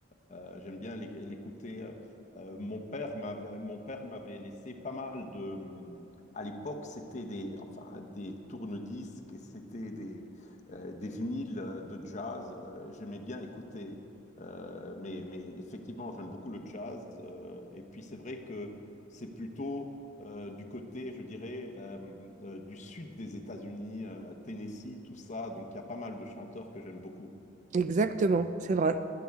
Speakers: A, on the left; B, on the right.
A: Euh, j'aime bien l'éc- l'écouter. Euh, euh, mon père m'avait, mon père m'avait laissé pas mal de. hum, À l'époque, c'était des, enfin, des tourne-disques et c'était des, euh, des vinyles euh, de jazz. Euh, j'aimais bien écouter. Euh, mais, mais effectivement, j'aime beaucoup le jazz. Euh, et puis, c'est vrai que c'est plutôt euh, du côté, je dirais, euh, euh, du sud des États-Unis, euh, Tennessee, tout ça. Donc, il y a pas mal de chanteurs que j'aime beaucoup.
B: Exactement, c'est vrai.